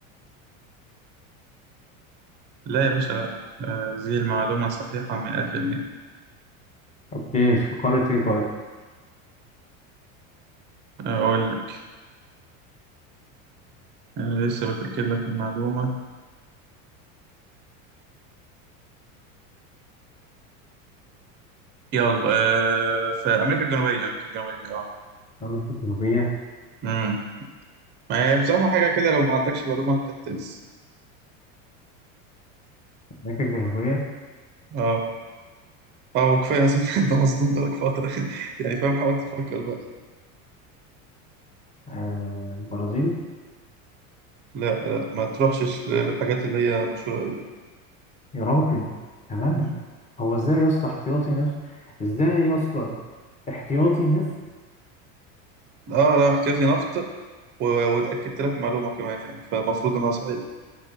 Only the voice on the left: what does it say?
أوكي في قارة إيه طيب
أمريكا الجنوبية
أمريكا الجنوبية
آه، البرازيل
يا راجل كمان
هو إزاي يا اسطى احتياطي نفط إزاي يا اسطى احتياطي نفط